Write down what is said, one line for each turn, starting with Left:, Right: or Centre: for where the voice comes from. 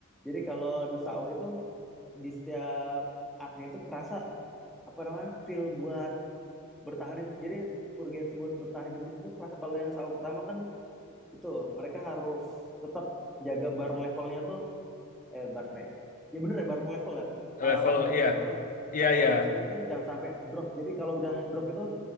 Centre: jadi kalau di SAO itu di setiap artnya itu kerasa apa namanya feel buat bertahan hidup. Jadi urgensi buat bertahan hidup itu kerasa. Kalau yang SAO pertama kan itu mereka harus tetap jaga bar levelnya tuh, eh bar le- ya bener ya bar level ya, Eh
Left: Level
Centre: life bar
Left: iya,
Centre: meter,
Left: iya
Centre: life
Left: iya,
Centre: bar meternya tuh jangan sampai drop. Jadi kalau udah drop itu